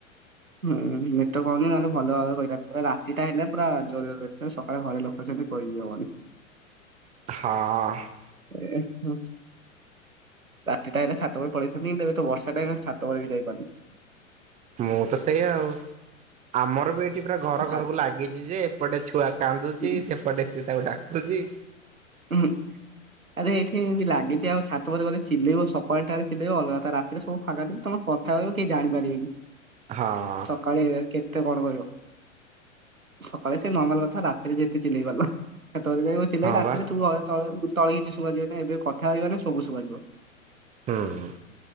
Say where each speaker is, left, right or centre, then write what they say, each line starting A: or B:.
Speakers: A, on the right; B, on the right.
A: ଆଉ ହୁଁ। ତ ଗନି ନହେଲେ ଭଲ ଭାବରେ କହିଥା ରାତିଟା ହେଲେ ପୁରା ଜୋର ସକାଳେ ଘରେ ଲୋକ ସେମିତି କହିି ହବନି। <inaudible>
B: ହଁ।
A: ଏ ହଁ। ରାତି ଟା ହେଲେ ଛାତବେଳେ ପଳେଇଛନ୍ତିି। ତ ଏବେ ତ ବର୍ଷା ଟାଇମ ଛାତଉପରେ ବି ଯାଇପାରୁନି।
B: ମୁଁ ତ ସେଇଆ ଆଉ ଆମର ବି ଏଇଠି ପୁରା ଘର
A: ଛା
B: ଘରକୁ ଲାଗିଛି ଯେ ଏପଟେ ଛୁଆ କାନ୍ଦୁଛି
A: ଉଁ
B: ସେପଟେ ସେ ତାକୁ ଡାକୁଛି।
A: ହୁଁ। ଆରେ ଏଠି ବି ଲାଗିଚି ଆଉ ଛାତ ଫାତ ବୋଧେ ଚିଲେଇବ ସକାଳ ଟାରେ ଚିଲେଇବ ଅଲଗା ରାତିରେ ସବୁ ଫାଙ୍କା ତମ କ ଥା ହବ କେହି ଜାଣିପାରିବେନି।
B: ହଁ।
A: କାଳେ କେତେ କଣ କରବ ସକାଳେ ସେ ନର୍ମାଲ କଥା ରାତିରେ ଯେତେ ଚିଲେଇ ପାରିଲ। <unintelligible> ଯାଇିବ ଚିଲେଇଲେ
B: ହଁ
A: ରାତିରେ
B: ବା
A: ତୁ ତଳେ ତଳେ ତଳେ କିଛି ଶୁବାଯିବନ ଏବେ କଥା ହଇବାନି ସବୁ ଶୁବାଯିବ।
B: ହୁଁ।